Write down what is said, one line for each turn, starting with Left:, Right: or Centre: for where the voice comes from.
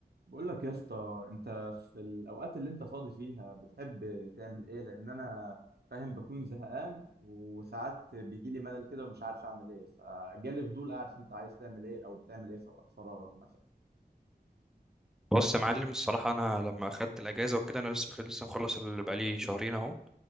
Right: بقول لك يا اسطى انت في الاوقات اللي انت فاضي فيها بتحب تعمل ايه لان انا فاهم بكون زهقان وساعات بيجي لي ملل كده ومش عارف اعمل ايه فجالي فضول اعرف انت عايز تعمل ايه او بتعمل ايه في اوقات فراغك مثلا
Centre: بص يا معلم الصراحة أنا لما أخدت الأجازة وكده أنا لسه لسه مخلص اللي بقالي شهرين أهو